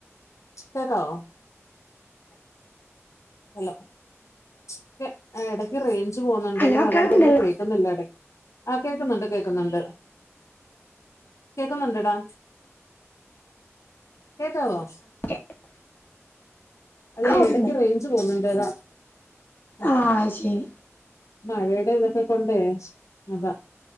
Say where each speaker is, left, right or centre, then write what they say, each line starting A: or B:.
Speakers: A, on the left; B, on the left.
A: കേക്കാവോ? ഹലോ ച്ച് എ എടയ്ക്ക് റേഞ്ച് പോന്നുണ്ടല്ലേ
B: അല്ല
A: അതോണ്ടൊന്നും
B: കേൾക്കുന്നില്ല
A: കേ <unintelligible> ആ കേൾക്കുന്നുണ്ട് കേൾക്കുന്നുണ്ട്. കേക്കുന്നുണ്ടടാ കേക്കാവോ
B: <inaudible> ആ
A: അതെ
B: ഓ,
A: എടയ്ക്ക്
B: ഉണ്ട്.
A: റേഞ്ച് പോവു ന്നുണ്ട്താ അ ആഹ്.
B: ആ ശരി
A: മഴയുടെ തൊക്കെ കൊണ്ടേ അതാ.